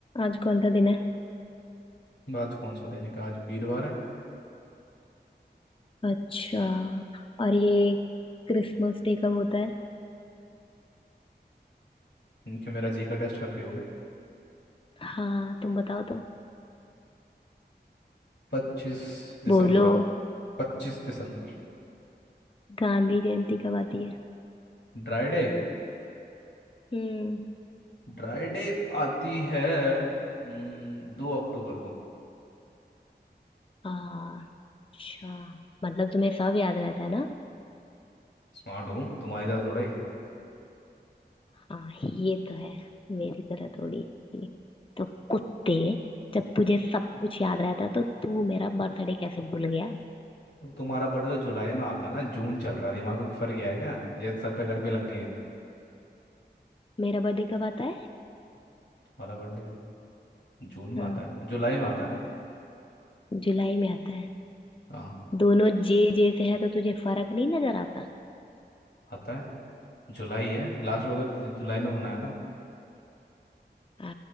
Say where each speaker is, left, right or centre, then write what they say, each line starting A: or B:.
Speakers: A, on the left (about 30°); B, on the left (about 85°).
A: आज कौन सा दिन है
B: बात कौन सा दिन है क्या आज वीरवार है
A: अच्छा और ये क्रिसमस डे कब होता है
B: क्योंकि मेरा जी का टेस्ट कर रही हो क्या
A: हाँ तुम बताओ तो
B: पच्चीस दिसंबर
A: बोलो
B: पच्चीस दिसंबर
A: गांधी जयंती कब आती है
B: Dry day
A: हम्म
B: Dry day आती है हम्म, दो अक्टूबर को
A: अच्छा मतलब तुम्हें सब याद रहता है ना
B: स्मार्ट हूँ तुम्हारी तरह थोड़ा ही
A: हाँ ये तो है मेरी तरह थोड़ी तो कुत्ते जब तुझे सब कुछ याद रहता है तो तू मेरा बर्थडे कैसे भूल गया
B: तो तुम्हारा बर्थडे तो जुलाई में आता है ना जून चल रहा है दिमाग में फर्क गया है क्या ये सर पे गर्मी लग गई है
A: मेरा बर्थडे कब आता है
B: तुम्हारा बर्थडे जून में
A: हाँ
B: आता है ना जुलाई में आता है ना
A: जुलाई में आता है
B: हाँ
A: दोनों जे जे से है तो तुझे फर्क नहीं नजर आता
B: आता है जुलाई है लास्ट बार तो जु- जुलाई में मनाया था
A: आ,